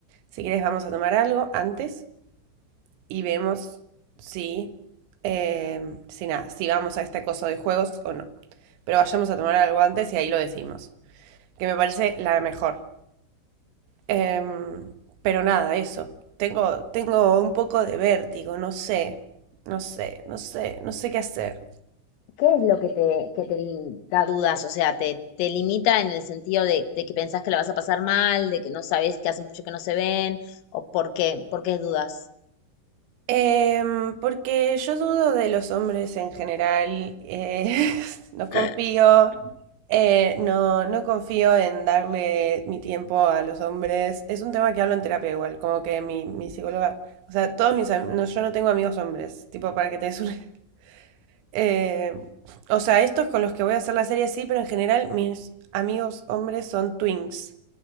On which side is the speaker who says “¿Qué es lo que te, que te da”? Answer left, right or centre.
Left